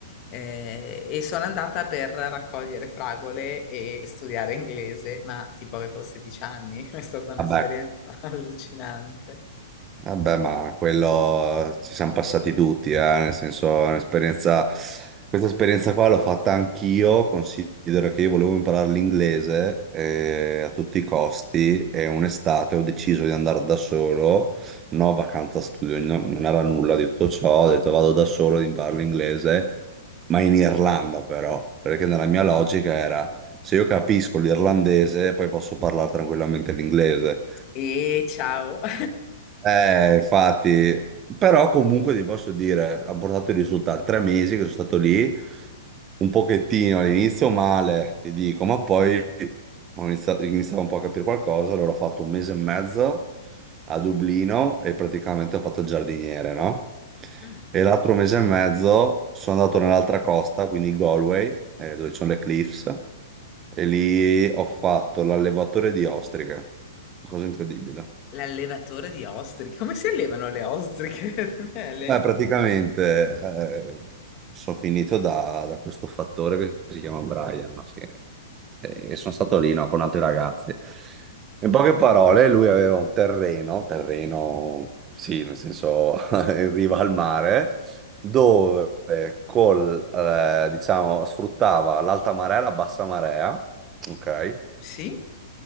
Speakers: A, on the left; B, on the right.
A: Eh, e sono andata per raccogliere fragole e studiare inglese, ma tipo avevo 16 anni, <laughs> è stata un'esperienza
B: Vabbè,
A: <laughs> allucinante.
B: Vabbè, ma quello eh, ci siamo passati tutti, eh, Nel senso, è un'esperienza, questa esperienza qua l'ho fatta anch'io, considero che io volevo imparare l'inglese eh, a tutti i costi e un'estate ho deciso di andare da solo, no vacanza studio, no- non era nulla di tutto ciò, ho detto vado da solo ad imparare l'inglese, ma in Irlanda però, perché nella mia logica era se io capisco l'irlandese poi posso parlare tranquillamente l'inglese.
A: E ciao! <laughs>
B: Eh, infatti, però comunque ti posso dire, ha portato i risultati. Tre mesi che sono stato lì, un pochettino all'inizio male, ti dico, ma poi ho iniziato, iniziavo un po' a capire qualcosa, allora ho fatto un mese e mezzo a Dublino e praticamente ho fatto il giardiniere, no?
A: Mm,
B: E l'altro mese e mezzo sono andato nell'altra costa, quindi Galway, eh, dove ci sono le cliffs, e lì ho fatto l'allevatore di ostriche, cosa incredibile.
A: L'allevatore di ostriche. Come si allevano le ostriche, <laughs> Daniele?
B: Beh, praticamente eh, sono finito da, da questo fattore che si chiama Brian, no? Sì. E sono stato lì no, con altri ragazzi. In poche parole, lui aveva un terreno, terreno, sì, nel senso <laughs> in riva al mare, dove col, eh, diciamo, sfruttava l'alta marea e la bassa marea, ok?
A: Sì?